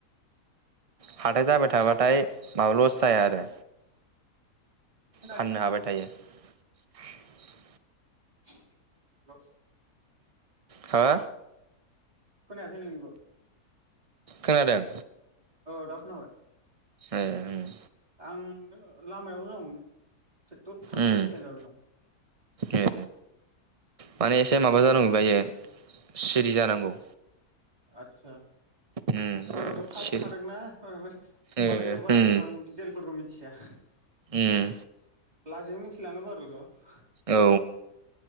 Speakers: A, on the right; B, on the right.
A: हाथाय जाबाय थाबाथाय माबा लस जाया आरो।
B: खोनायाखै
A: फाननो हाबाय थायो। <unintelligible>
B: हेलौ
A: हा
B: खनायाखै नोंनिखौ।
A: खोनादों?
B: औ दा खोनाबाय।
A: ह उ
B: उम ओ लामायाव दं। थेथ थांलाय
A: उम
B: फैलाय जाबाय दं।
A: ए माने एसे माबा जानांगौ बायो सिरि जानांगौ।
B: आतसा।
A: उम
B: एबारथ फार्स्ट
A: सिरि
B: थादोंना माने
A: ओ
B: बारा
A: उम
B: एसेबां डिटेलफोरखौ मिथिया
A: उम
B: लासै मिथि <unintelligible>
A: औ